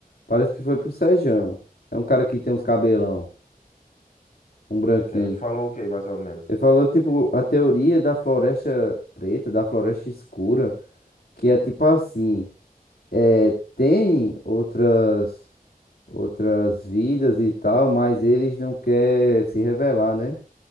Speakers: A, on the left; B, on the left.
A: parece que foi pro Sejão. É um cara que tem uns cabelão, um branquinho.
B: Ele falou o quê, mais ou menos?
A: Ele falou, tipo, a teoria da floresta preta, da floresta escura, que é tipo assim, é, tem outras, outras vidas e tal, mas eles não querem se revelar, né?